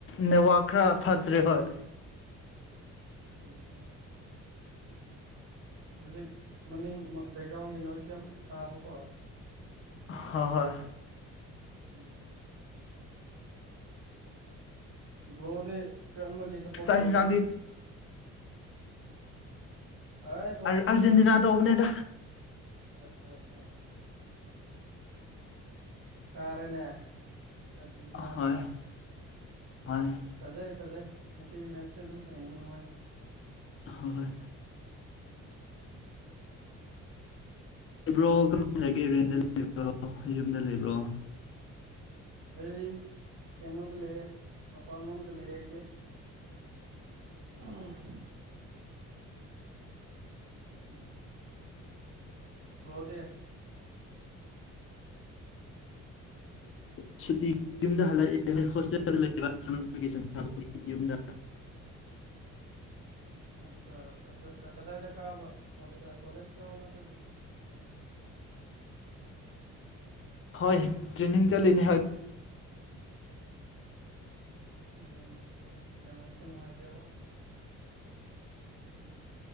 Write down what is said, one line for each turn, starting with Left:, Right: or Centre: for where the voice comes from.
Left: ꯅꯦꯠꯋꯥꯛ ꯈꯔ ꯐꯠꯇ꯭ꯔꯦ ꯍꯣꯏ
Right: <inaudible> ꯍꯧꯖꯤꯛ ꯃꯅꯤꯡ ꯕꯦꯛꯒ꯭ꯔꯥꯎꯟꯒꯤ ꯅꯣꯁꯨ ꯌꯥꯝ ꯇꯥꯕꯀꯣ
Left: ꯍꯣꯏ ꯍꯣꯏ
Right: <inaudible> ꯕ꯭ꯔꯣꯗꯤ ꯀꯔꯝꯕ ꯁꯞꯄꯣꯔꯠ
Left: ꯆꯥꯛ
Right: ꯇꯧꯕ
Left: ꯌꯦꯟꯁꯥꯡꯗꯤ
Right: ꯑꯦ ꯊꯣꯡꯗ꯭ꯔꯤꯗ
Left: ꯑꯔꯖꯦꯟꯇꯤꯅꯥ ꯇꯧꯕꯅꯦꯗ
Right: ꯑꯆꯥ ꯑꯆꯥ ꯀꯥꯔꯦꯅꯦ ꯑꯔꯖꯦꯟꯇꯤꯅꯥꯁꯨꯣ
Left: ꯍꯣꯏ ꯍꯣꯏ
Right: ꯐꯖꯩ ꯐꯖꯩ ꯉꯁꯤ ꯃꯦꯠꯁꯦ ꯑꯗꯨꯝ ꯌꯦꯡꯕ ꯅꯨꯡꯉꯥꯏꯌꯦ
Left: ꯍꯣꯏ
Right: ꯎꯝ
Left: ꯂꯩꯕ꯭ꯔꯣ ꯀꯃꯥꯏꯅ ꯂꯩꯒꯦ ꯔꯦꯟꯗ ꯂꯩꯕ꯭ꯔꯣ ꯌꯨꯝꯗ ꯂꯩꯕ꯭ꯔꯣ
Right: ꯑꯩ ꯀꯩꯅꯣꯗ ꯂꯩꯌꯦ ꯃꯄꯥꯟꯂꯣꯝꯗ ꯂꯩꯌꯦ ꯑꯩꯗꯤ ꯑ ꯎꯝ ꯭ꯔꯣꯗꯦ
Left: ꯁꯨꯇꯤ ꯌꯨꯝꯗ ꯍꯜꯂꯛꯑꯦ ꯍꯣꯁꯇꯦꯜ ꯂꯩꯒꯤ ꯌꯨꯝꯗ
Right: ꯑꯆꯥ ꯑꯆꯥ ꯑ ꯀꯗꯥꯏꯗ ꯀꯣꯦꯖ ꯂ ꯅꯠꯇꯣ
Left: ꯍꯣꯏ ꯇ꯭ꯔꯦꯅꯤꯡ ꯆ ꯂꯩꯅꯦ ꯍꯥꯏ
Right: ꯎꯝꯣꯛ ꯅꯦꯠꯋꯛꯇꯣ ꯅꯨꯡꯉꯥꯏꯇꯦꯕ